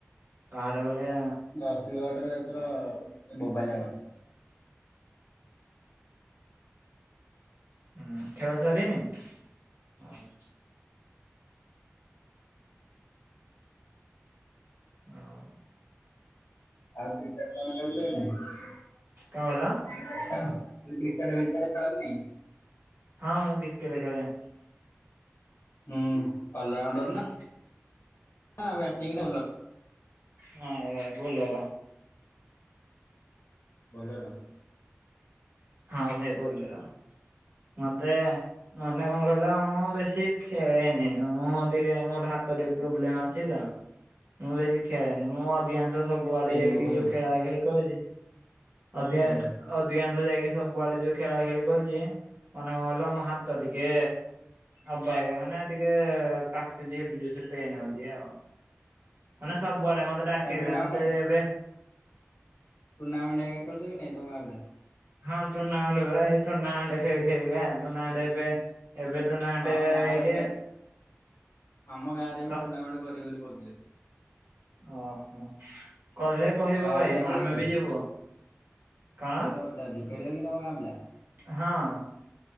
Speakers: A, on the right; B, on the left.
A: ପାହାଡ ଭଳିଆ
B: ନରସିଂହଗଡରେ ଏଥର ବୋବାଲିଆ କରିଥିଲା।
A: ହୁଁ ଖେଳସାରିନି <inaudible> ଅ ହଁ।
B: ଆଉ କ୍ରିକେଟକାଇଁ ଖେଳି ଯାଉନା।
A: କଣ
B: <inaudible>
A: କହିଲ
B: କ୍ରିକେଟ ବିକେଟ ଖେଳନି?
A: ହଁ ମୁଁ କ୍ରିକେଟ ଖେଳେ।
B: ହୁଁ। ଅଲରାଉଣ୍ଡର
A: ହୁଁ
B: ନା ହଁ ବ୍ୟାଟିଙ୍ଗ ନା ବଲ ର
A: ହଁ ଭାଇ ବୋଲର।
B: ବୋଲର
A: ହଁ ଭାଇ ବୋଲର ମତେ ମାନେ କଣ କହିଲ ମୁଁ ବେଶୀ ଖେଳେନି ମୁଁ ଟିକେ ମୋର ହାତ ଟିକେ ପ୍ରୋବ୍ଲେମ ଅଛି ତ ମୁଁ ବେଶୀ ଖେଳେନି। ମୁଁ ଅଧିକାଂଶ ସବୁଆଡେ
B: ତିନି
A: ଯାଇକି
B: ରୁ କହୁଛ
A: ଯୋଉ
B: ହୁଁ।
A: ଖେଳା ଖେଳି କରୁଛି ଅଧିକା
B: ହୁଁ
A: ଅଧିକାଂଶ ଯାଇକି- ସବୁଆଡେ ଯୋଉ ଖେଳା ଖେଳି କରୁଛି ମାନେ କଣ କହିଲ ମ ହାତ ଟିକେ ଅବାଗିଆମାନେ ଟିକେ କାଟୁଛି ହେବି ଜ ପେନ ହଉଛି ଆଉ ମାନେ ସବୁଆଡେ ମତେ ଡାକିବେ
B: ଆଉ ଟୁର୍ଣ୍ଣାମେଣ୍ଟ
A: ମୋତେ ଏବେ
B: ଟୁର୍ଣ୍ଣାମେଣ୍ଟ ହେଇକା ଖେଳୁଚ କି ନାଇ ତମ ଗାଁ ପିଲା?
A: ହଁ ଟୁର୍ଣ୍ଣାମେଣ୍ଟ ପରା ହେଇ ଟୁର୍ଣ୍ଣାମେଣ୍ଟ ଖେଳି ଖେଳି ପରା ଟୁର୍ଣ୍ଣାମେଣ୍ଟ ଏବେ ଏବେ ଟୁର୍ଣ୍ଣାମେଣ୍ଟ
B: ଆ ଗାଁରେ
A: ଏଇଠି
B: ଏବେ ଆମ ଗାଁରେ ଏବେ
A: ତ
B: ଟୁର୍ଣ୍ଣାମେଣ୍ଟ କରିବେ ବୋଲି କହୁଥିଲେ।
A: ଓହୋ କଲେ କହିବ
B: ତମ ଗାଁ
A: ଭାଇ
B: ପିଲା ଖେଳିବେ
A: ଆମେ ବି ଯିବୁ।
B: କି?
A: କଣ
B: ସେଇ ତ ପଚାରଛି ଖେଳିବ କି ତମ ଗାଁ ପିଲା?
A: ହଁ।